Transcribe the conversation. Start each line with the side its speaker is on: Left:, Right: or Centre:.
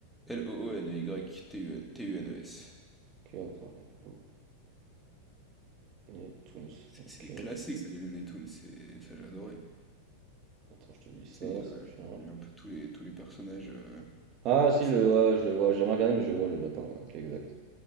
Centre: L-O-O-N-Y-T-U-N-E-S.
Right: Ok, attends. Looney Tunes.
Centre: C'est
Right: Ok,
Centre: c'est des classiques ça, les Looney Tunes, c'est- ça j'ai adoré.
Right: Attends, je te dis ça,
Centre: Tu sais, il y a,
Right: ça change.
Centre: il y a un peu tous les, tous les personnages. euh,
Right: Ah si,
Centre: c'est-
Right: le, ouais, ouais, je le vois, j'ai jamais regardé, mais je vois le lapin, ouais, ok, exact.